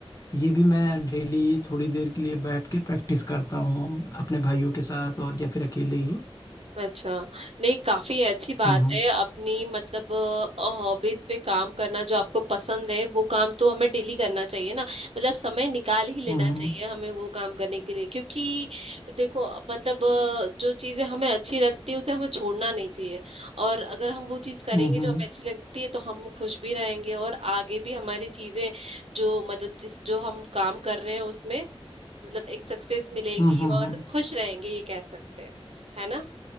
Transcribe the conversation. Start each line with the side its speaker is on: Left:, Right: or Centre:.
Left: तो ये भी मैं डेली थोड़ी देर के लिए बैठ के प्रैक्टिस करता हूँ अपने भाइयों के साथ और या फिर अकेले ही
Right: अच्छा नहीं काफी अच्छी बात
Left: हम्म
Right: है अपनी मतलब हॉबीज पे काम करना जो आपको पसंद है वो काम तो हमें डेली करना चाहिए ना मतलब समय निकाल ही लेना
Left: हम्म
Right: चाहिए हमें वो काम करने के लिए क्योंकि देखो मतलब अ, जो चीजें हमें अच्छी लगती है उसे हमें छोड़ना नहीं चाहिए और अगर हम वो चीज करेंगे
Left: हम्म हम्म
Right: जो
Left: हम्म
Right: हमें अच्छी लगती है तो हम खुश भी रहेंगे और आगे भी हमारी चीजें जो मतलब जिस जो हम काम कर रहे हैं उसमें मतलब एक सक्सेस मिलेगी
Left: हम्म, हम्म,
Right: और
Left: हम्म,
Right: खुश रहेंगे ये कह सकते हैं है ना